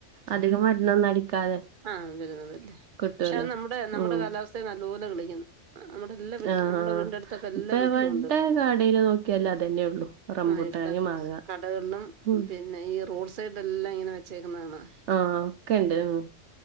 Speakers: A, on the right; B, on the right.
A: അധികം മരുന്നൊന്നും അടിക്കാതെ
B: ആ വരുന്നതല്ലേ
A: കിട്ടുവല്ലോ
B: പക്ഷെ അത് നമ്മുടെ നമ്മുടെ
A: ഉം
B: കാലാവസ്ഥയെ നല്ലപോലെ കിളിക്കുന്നു. നമ്മുടെ എല്ലാ
A: ആഹ്
B: നമ്മുടെ
A: ആഹ്
B: വീടിന്റെ അടുത്തൊക്കെ എല്ലാ
A: ഇപ്പൊ
B: വീട്ടിലും
A: എവടെ
B: ഉണ്ട്
A: കടേല് നോക്കിയാലും അതന്നെ ഉള്ളൂ റംബൂട്ടാന്
B: ആ
A: മാങ്ങ
B: കടകളിലും
A: ഉം
B: പിന്നെ ഫ്രൂട്സായിട്ട്എല്ലാം ഇങ്ങനെ വെച്ചേക്കുന്ന കാണാം
A: ആഹ് ഒക്കെണ്ട് ഉം